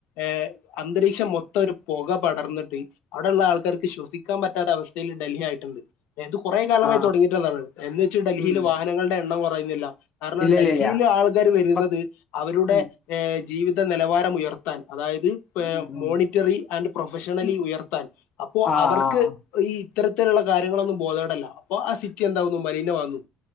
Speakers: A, on the left; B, on the left.
A: ഏഹ് അന്തരീക്ഷം മൊ ത്തൊരു പൊക പടർന്ന്ട്ട് അവ്ടെള്ള ആൾക്കാർക്ക് ശ്വസിക്കാൻ പറ്റാത്ത അവസ്ഥയിൽ ഡൽഹി ആയിട്ട്ണ്ട് ഇത് കൊറേ കാലമായി
B: ആ
A: തൊടങ്ങിട്ട്ള്ളതാണ് എന്ന് വെച്ച് ഡൽഹിയിൽ
B: ഉം
A: വാഹനങ്ങളുടെ എണ്ണം കൊറയുന്നില്ല കാരണം
B: ഇല്ല
A: ഡൽഹിയില്
B: ഇല്ല ഇല്ല
A: ആൾക്കാര് വെരുന്നത്
B: പ-
A: അവരുടെ
B: ഉം.
A: ഏഹ് ജീവിത നെലവാരം ഉയർത്താൻ അതായത് പ്പെ
B: ഉം.
A: ഏഹ് മോണി റ്ററി ആന്റ് പ്രൊഫഷണലി
B: ഉം.
A: ഉയർത്താൻ അപ്പൊ
B: ആ
A: അവർക്ക്
B: ആ
A: ഈ ഇത്തരത്തിലുള്ള കാര്യങ്ങളൊന്നും ബോധേടല്ല അപ്പൊ ആ സിറ്റി എന്താവുന്നു മലീനമാക്ന്നു